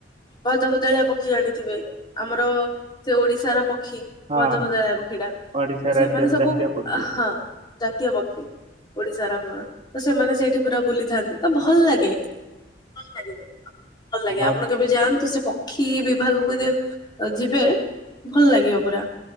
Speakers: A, on the left (about 25°); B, on the right (about 35°).
A: ଭଦଭଦଳିଆ ପକ୍ଷୀ ଜାଣିଥିବେ, ଆମର ସେ ଓଡିଶାର ପକ୍ଷୀ।
B: ହଁ
A: ବଦବଦଳିଆ ପକ୍ଷୀ ଟା ତ
B: ଓଡିଶା ରାଜ୍ୟର
A: ସେମାନେ ସବୁ
B: ଜାତୀୟ ପକ୍ଷୀ
A: ହଁ। ଜାତୀୟ ପକ୍ଷୀ ଓଡିଶାର ଆମର। ତ ସେମାନେ ସେଇଠି ପୁରା ବୁଲିଥାନ୍ତି। ତ ଭଲ ଲାଗେ, ଭଲ ଲାଗେ ଭଲ ଲାଗେ
B: ହଁ
A: ଆପଣଙ୍କୁ ଆପଣ କେବେ ଯାଆନ୍ତୁ ସେ ପକ୍ଷୀ ବିଭାଗକୁ ଯେ, ଯିବେ ଭଲ ଲାଗିବ ପୁରା,